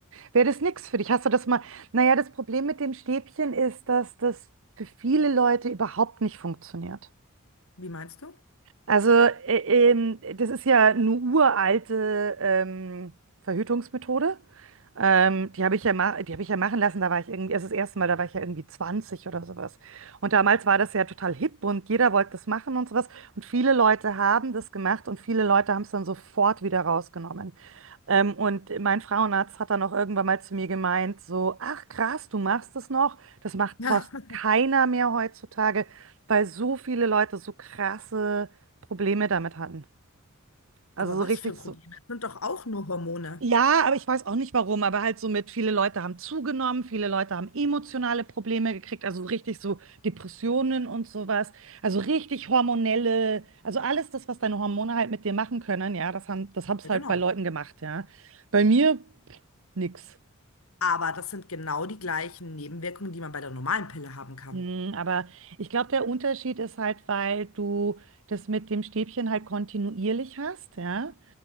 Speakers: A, on the right (about 65°); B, on the left (about 85°).
A: Wäre das nichts für dich? Hast du das mal? Naja, das Problem mit dem Stäbchen ist, dass das für viele Leute überhaupt nicht funktioniert.
B: Wie meinst du?
A: Also, äh, ähm, das ist ja eine uralte ähm, Verhütungsmethode. Ähm, die habe ich ja ma die habe ich ja machen lassen, da war ich irgendwie, also das erste Mal, da war ich ja irgendwie 20 oder sowas. Und damals war das ja total hip und jeder wollte das machen und sowas. Und viele Leute haben das gemacht und viele Leute haben es dann sofort wieder rausgenommen. Ähm, und mein Frauenarzt hat dann auch irgendwann mal zu mir gemeint, so, ach krass, du machst das noch. Das macht
B: Ja.
A: fast
B: <laughs>
A: keiner mehr heutzutage, weil so viele Leute so krasse Probleme damit hatten. Also
B: Aber
A: so
B: was
A: richtig
B: für Probleme?
A: so,
B: Das sind doch auch nur Hormone.
A: ja, aber ich weiß auch nicht warum, aber halt so mit, viele Leute haben zugenommen, viele Leute haben emotionale Probleme gekriegt, also richtig so Depressionen und sowas, also richtig hormonelle, also alles das, was deine Hormone halt mit dir machen können, ja, das haben, das hab's
B: Ja,
A: halt
B: genau.
A: bei Leuten gemacht, ja. Bei mir nix.
B: Aber das sind genau die gleichen Nebenwirkungen, die man bei der normalen Pille haben kann.
A: Hm, aber ich glaube, der Unterschied ist halt, weil du das mit dem Stäbchen halt kontinuierlich hast, ja.